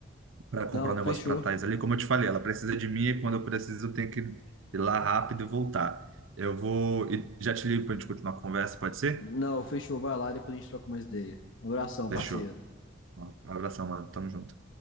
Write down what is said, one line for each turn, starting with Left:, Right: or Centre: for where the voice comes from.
Right: para comprar
Left: Não,
Right: um negócio
Left: fechou.
Right: para Thais ali. Como eu te falei, ela precisa de mim e quando eu preciso, eu tenho que ir lá rápido e voltar. Eu vou e já te ligo para a gente continuar a conversa, pode ser?
Left: Não, fechou. Vai lá, depois a gente troca mais ideia. Abração,
Right: Fechou.
Left: parceiro.
Right: Um abração, mano. Tamo junto.